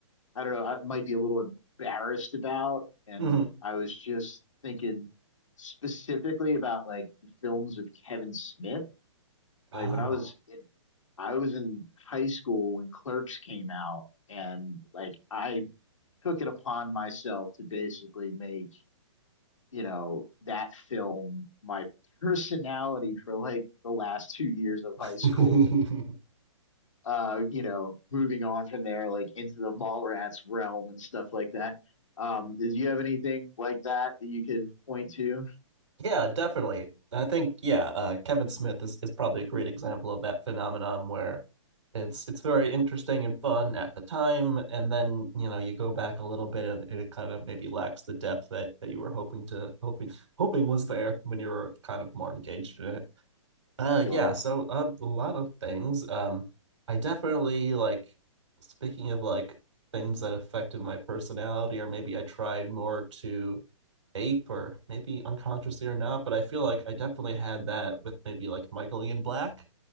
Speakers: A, on the left; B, on the right.
A: I don't know, I might be a little embarrassed about. And
B: hmm
A: I was just thinking specifically about like films of Kevin Smith.
B: Oh.
A: Like when I was in. I was in high school when Clerks came out, and like I took it upon myself to basically make, you know, that film my personality for like the last two years of high
B: <laughs>
A: school. Uh, you know, moving on from there, like into the Mallrats realm and stuff like that. Um, did you have anything like that that you could point to?
B: Yeah, definitely. I think yeah, uh, Kevin Smith is, is probably a great example of that phenomenon where it's it's very interesting and fun at the time, and then you know you go back a little bit and it kind of maybe lacks the depth that that you were hoping to hoping hoping was there when you were kind of more engaged in it. Uh
A: Sure.
B: yeah, so uh, a lot of things. Um I definitely like speaking of like things that affected my personality or maybe I tried more to ape or maybe unconsciously or not, but I feel like I definitely had that with maybe like Michael Ian Black.